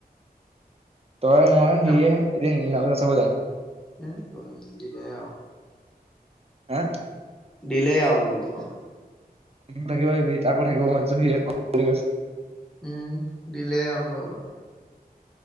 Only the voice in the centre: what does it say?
তাপ
উম দিলে আৰু
দিলেই আৰু বুলো ঘৰৰ পা।
উম, দিলেই হ'ব-হ'ব।